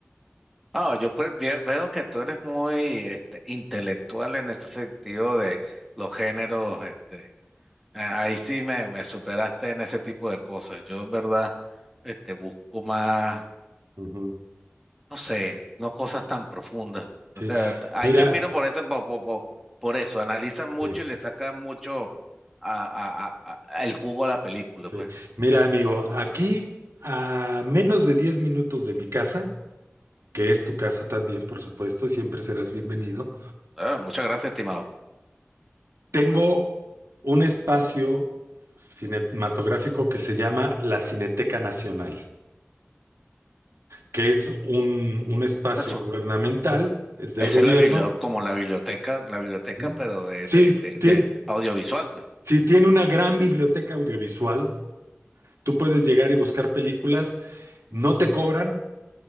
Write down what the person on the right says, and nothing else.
Ujú.
Sí.
Mira,
sí,
sí.
Mira, amigo, aquí a menos de 10 minutos de mi casa, que es tu casa también, por supuesto, y siempre serás bienvenido,
tengo un espacio cinematográfico que se llama la Cineteca Nacional, que es un, un espacio
gubernamental, es del
gobierno,
Mm.
Sí,
tiene,
sí, tiene una gran biblioteca audiovisual. Tú puedes llegar y buscar películas, no te cobran,